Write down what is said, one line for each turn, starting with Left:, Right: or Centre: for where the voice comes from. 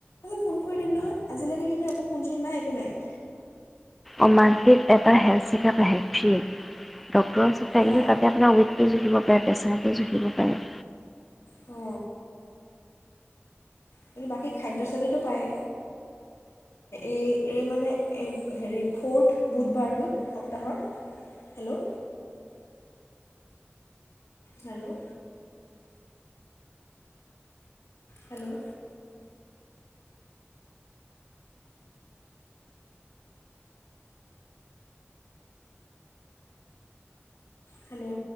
Left: ফোন কৰি দিম নহয়। আজিলৈকে কিন্তু একো ফোনচোন নাই একো নাই।
Centre: অমানটিক এটা হেল্থ চেকআপ আহে ফ্ৰী ডক্টৰ ওচৰত আহিলো
Left: অঁ
Centre: তাতে আপোনাৰ উইকটো জুখিব পাৰে। পেচাৰটো জুখিব পাৰে।
Left: অ কিন্তু বাকী খাদ্য চাদ্যটো পায়। এই এই মানে এই হেৰি ফৰ্থ বুধবাৰটোত সপ্তাহৰ। হেল্ল'? Hello hello. হেল্ল'।